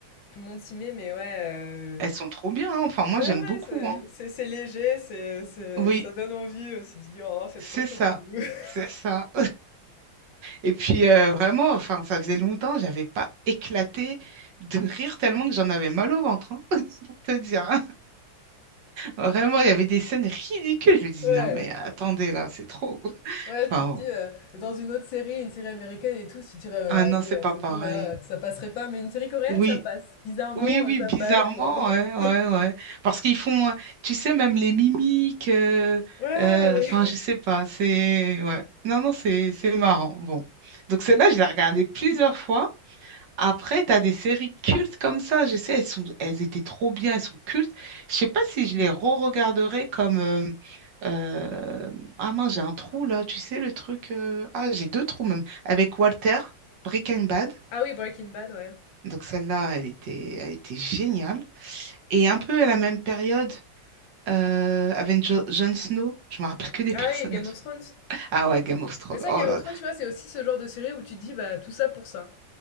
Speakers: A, on the left; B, on the right.
A: tout le monde s'y met mais ouais
B: elles sont trop bien, hein. Enfin moi
A: Ouais,
B: j'aime
A: ouais,
B: beaucoup,
A: c'est
B: hein.
A: c'est- c'est léger, c'est, c'est-
B: Oui,
A: ça donne envie aussi de dis oh, c'est
B: c'est
A: trop Scooby-Doo.
B: ça,
A: <laughs>
B: c'est ça. Et puis euh, vraiment, enfin, ça faisait longtemps, j'avais pas éclaté de rire tellement que j'en avais mal au ventre, hein, <laughs> pour te dire. hein. Vraiment, il y avait des scènes ridicules. Je me dis,
A: Ouais,
B: non mais attendez là, c'est trop.
A: ouais,
B: Enfin
A: tu te
B: bon.
A: dis, euh, dans une autre série, une série américaine et tout, tu dirais, euh,
B: Ah non,
A: allez,
B: c'est pas
A: euh, c'est
B: pareil.
A: bon, là, ça passerait pas, mais une série coréenne,
B: Oui,
A: ça passe. Bizarrement,
B: oui, oui,
A: euh, ça
B: bizarrement,
A: passe. euh. <laughs>
B: ouais, ouais, ouais. Parce qu'ils font, euh, tu sais, même les mimiques, euh,
A: Ouais,
B: euh,
A: mais...
B: enfin, je sais pas, c'est, ouais. Non, non, c'est, c'est marrant. Bon. Donc celle-là, je l'ai regardée plusieurs fois. Après, t'as des séries cultes comme ça, je sais, elles sont, elles étaient trop bien, elles sont cultes. Je sais pas si je les re-regarderais comme... euh, euh, Ah mince, j'ai un trou là, tu sais, le truc... euh, Ah, j'ai deux trous même. Avec Walter, Breaking Bad.
A: Ah oui, Breaking Bad, ouais.
B: Donc celle-là, elle était, elle était géniale. Et un peu à la même période, euh, avec Jo- Jon Snow, je me rappelle que des
A: Ah
B: <laughs> personnages.
A: oui, Game of Thrones.
B: Ah ouais, Game of Thrones,
A: Mais ça,
B: oh
A: Game
B: là
A: of
B: là.
A: Thrones, tu vois, c'est aussi ce genre de série où tu te dis, bah, tout ça pour ça.